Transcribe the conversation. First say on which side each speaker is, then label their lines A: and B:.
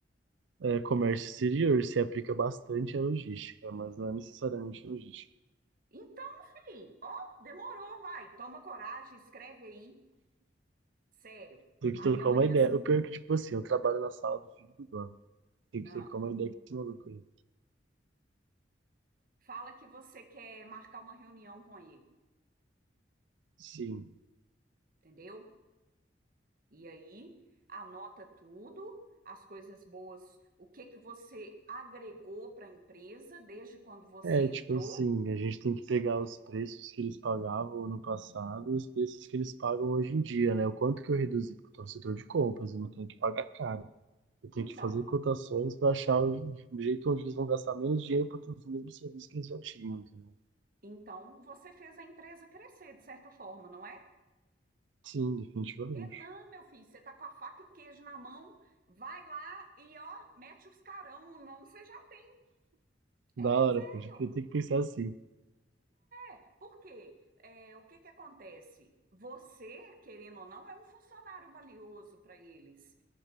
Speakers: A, on the right; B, on the right.
A: É, comércio exterior se aplica bastante à logística, mas não é necessariamente logística.
B: Então, filho, ó, demorou, vai. Toma coragem, escreve aí, sério.
A: Tem que
B: Aí
A: trocar
B: amanhã
A: uma ideia. O pior é que, tipo assim, eu trabalho na sala do filho do dono. Tem
B: ah,
A: que trocar uma ideia com esse maluco aí.
B: fala que você quer marcar uma reunião com ele,
A: Sim.
B: entendeu? E aí anota tudo, as coisas boas, o que que você agregou para a empresa desde quando você
A: É,
B: entrou.
A: tipo assim, a gente tem que pegar os preços que eles pagavam ano passado e os preços que eles pagam hoje em dia, né? O quanto que eu reduzi, porque eu tô no setor de compras, eu não tenho que pagar caro. Eu tenho
B: Então,
A: que fazer cotações para achar o o jeito onde eles vão gastar menos dinheiro para ter os mesmos serviços que eles já tinham, entendeu?
B: então você fez a empresa crescer de certa forma, não é?
A: Sim, definitivamente.
B: Renan, meu filho, você tá com a faca e o queijo na mão, vai lá e ó, mete os carão, não você já tem É
A: Da hora,
B: sério.
A: pode crer. Tem que pensar assim.
B: É. Por quê? É, o que que acontece? Você, querendo ou não, é um funcionário valioso para eles.